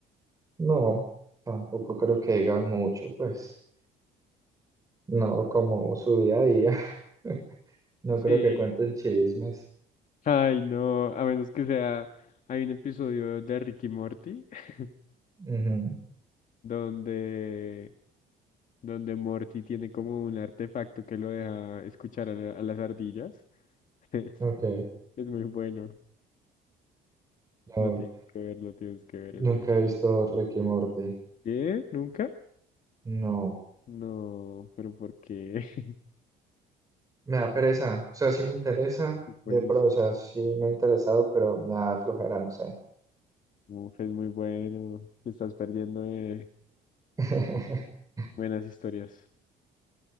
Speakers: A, on the right (about 20°); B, on the left (about 50°).
A: no, tampoco creo que digan mucho, pues. No, como su día a día. <laughs> No
B: Sí,
A: creo que cuenten chismes.
B: Ay, no, a menos que sea, hay un episodio de Ricky Morty <laughs>
A: Ujú,
B: donde, donde Morty tiene como un artefacto que lo deja escuchar a, la- a las ardillas. <laughs>
A: Ok,
B: Es es muy bueno,
A: no,
B: lo tienes que ver, lo tienes que ver, es
A: nunca
B: muy
A: he visto Ricky Morty.
B: ¿Qué? ¿Nunca?
A: No,
B: No, pero ¿por qué? <laughs>
A: me da pereza. O sea, sí me interesa,
B: Es buenísimo,
A: de pro, o sea, sí me ha interesado, pero me da flojera, no sé.
B: Uf, es muy bueno, te estás perdiendo de
A: <laughs>
B: buenas historias.